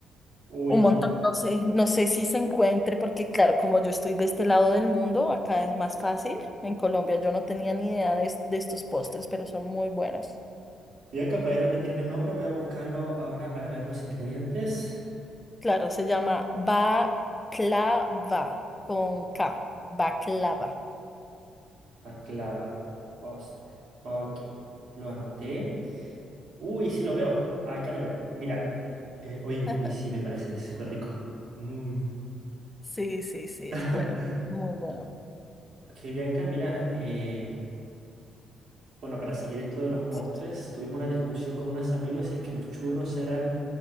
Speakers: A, on the right (about 75°); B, on the left (about 15°).
A: Uy,
B: un
A: no.
B: montón. No sé, no sé si se encuentre, porque claro, como yo estoy de este lado del mundo, acá es más fácil. En Colombia yo no tenía ni idea de, es- de estos postres, pero son muy buenos.
A: Bianca, ¿puedes repetirme el nombre? Voy a buscarlo ahora para ver los ingredientes.
B: Claro, se llama baklava, con K, baklava.
A: Baklava, postre. Ok, lo anoté. Uy, sí lo veo. Acá lo veo. Mira. Eh, uy,
B: <laughs>
A: uy, sí, me parece súper rico. Mm.
B: Sí, sí, sí,
A: <laughs>
B: es bueno, muy bueno,
A: Ok, Bianca, mira. eh, Bueno, para seguir esto de los
B: delicioso.
A: postres, tuvimos una discusión con unos amigos si es que los churros eran